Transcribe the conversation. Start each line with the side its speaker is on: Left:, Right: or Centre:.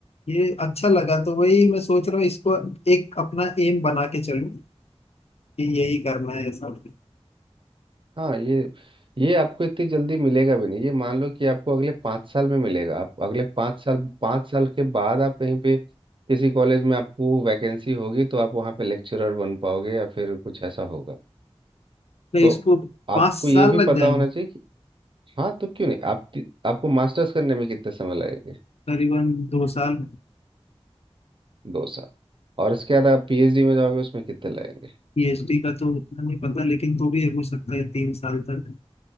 Left: ये अच्छा लगा तो वही मैं सोच रहा हूँ इसको एक अपना एम बना के चलूँ कि यही करना है सब
Right: हाँ ये ये आपको इतनी जल्दी मिलेगा भी नहीं ये मान लो कि आपको अगले पाँच साल में मिलेगा आप अगले पाँच साल पाँच साल के बाद आप कहीं पे किसी कॉलेज में आपको वैकेंसी होगी तो आप वहाँ पे लेक्चरर बन पाओगे या फिर कुछ ऐसा होगा
Left: तो इसको
Right: तो आपको
Left: पाँच साल
Right: ये भी
Left: लग
Right: पता
Left: जाएंगे
Right: होना चाहिए हाँ तो क्यों नहीं आप आपको मास्टर्स करने में कितने समय लगेंगे
Left: करीबन दो साल
Right: दो साल और इसके बाद आप पीएचडी में जाओगे उसमें कितने लगेंगे
Left: पीएचडी का तो उतना नहीं पता लेकिन तो भी हो सकता है तीन साल तक